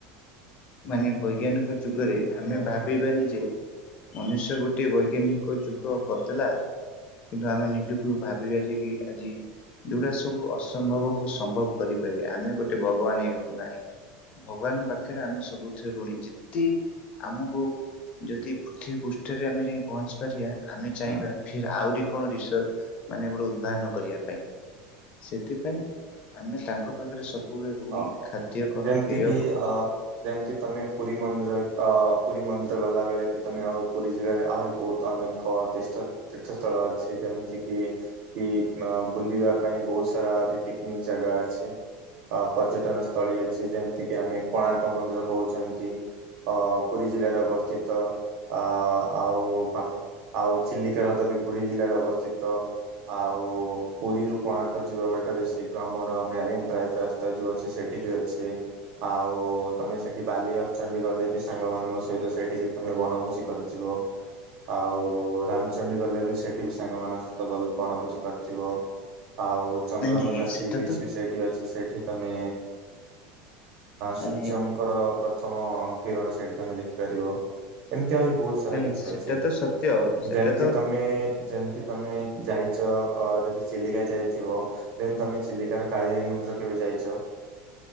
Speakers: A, on the left; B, on the right.
A: ମାନେ ବୈଜ୍ଞାନିକ ଯୁଗରେ ଆମେ ଭାବିବାନି ଯେ ମନୁଷ୍ୟ ଗୋଟିଏ ବୈଜ୍ଞାନିକ ଯୁଗ କରିଦେଲା। କିନ୍ତୁ ଆମେ ନିଜକୁ ଭାବିବା ଯେ କି ଆଜି ଯଉୁଡା ସବୁ ଅସମ୍ଭବ କୁ ସମ୍ଭବ କରିପାରିବା ଆମେ ଗୋଟେ ଭଗବାନ ହେଇଗଲୁ ନାହିଁ। ଭଗବାନ ପାଖରେ ଆମେ ସବୁଥିରେ ଋଣୀ ଯେତେ ଆମକୁ ଯଦି ପୃଥିବୀ ପୃଷ୍ଠରେ ଆମେ ଯାଇ ପହଞ୍ଚି ପାରିବା ଆମେ ଚାହିଁବା
B: ହୁଁ
A: ଫିର୍ ଆହୁରି କଣ ରିସଭ ମାନେ ଗୋଟେ ଉଦ୍ଭହନ କରିବା ପାଇଁ ସେଥିପାଇଁ ଆମେ ତାଙ୍କ ତା ପାଖରେ ସବୁବେଳେ ଋଣୀ।
B: ହଁ
A: ଖାଦ୍ୟ କଣ
B: ଯେମିତି
A: ପେୟ
B: କିି
A: କଣ
B: ଅ ଯେମିତି ତମେ ପୁରୀ ମନ୍ଦିର ଆ ପୁରୀ ମନ୍ଦିର ଗଲା ବେଳେ ବି ତମେ ଆଉ ପୁରୀ ଜିଲ୍ଲାରେ ଆହୁରି ବହୁତ ଅନେକ ଏକ ତୀର୍ଥ ତୀର୍ଥସ୍ଥଳ ଅଛି ଯେମିତି କିି କି ବୁଲିବା ପାଇଁ ବହୁତ ସାରା ଅନେକ ପିକନିକ ଜାଗା ଅଛି। ଅ ପର୍ଯ୍ୟଟନ ସ୍ଥଳୀ ଅଛି ଯେମିତି କିି ଆମେ କୋଣାର୍କ ମନ୍ଦିର କହୁଛନ୍ତି। ଅ ପୁରୀ ଜିଲ୍ଲାରେ ଅବସ୍ଥିତ ଅ ଆଉ ପାଖ ଆଉ ଚିଲିକାରଦାବି ପୁରୀ ଜିଲ୍ଲାରେ ଅବସ୍ଥିତ। ଆଉ ପୁରୀରୁ କୋଣାର୍କ ଯିବା ବାଟରେ ସେଇ ଯଉ ଆମର ମ୍ୟାରନ୍ ଡ୍ରାଇଭ ରାସ୍ତା ଯୋଉ ଅଛି ସେଠି ବି ଅଛି। ଆଉ ତମେ ସେଠି ବାଲି ଅର୍ଚଣ୍ଣ୍ଡୀ ଗଲେ ବି ସାଙ୍ଗମାନଙ୍କ ସହିତ ସେଇଠି ବି ତମେ ବଣଭୋଜୀ କରି ଯିବ। ଆଉ ରାମଚଣ୍ଡୀ ଗଲେ ବି ସେଠି ବି ସାଙ୍ଗମାନଙ୍କ ସହିତ ବଣଭୋଜି କରିଥିବ ଆଉ ଚନ୍ଦ୍ରଭାଗା
A: ନାଇଁ ନାଇଁ
B: ସି
A: ସେଟା
B: ବିଚ୍
A: ତ
B: ବି ସେଇଠି ଅଛି ସେଇଠି ତମେ ସୂର୍ଯ୍ୟ
A: ନାଇଁ
B: ଙ୍କର ପ୍ରଥମ କିରଣ ସେଇଠି ତମେ ଦେଖିପାରିବ। ଏମିତି ଆହୁରି ବହୁତ ସାରା
A: ନାଇଁ
B: କିଛି
A: ସେଟା
B: ଅଛି।
A: ତ ସତ୍ୟ ସେଟା
B: ଯେମିତି
A: ତ
B: ତମେ ଯେମ ଯଦି ତମେ ଯାଇଛ ଯଦି ଚିଲିକା ଯାଇଥିବ? ଦେନ୍ ତମେ ଚିଲିକାର କାଳିଜାଇ ମନ୍ଦିର କେବେ ଯାଇଚ?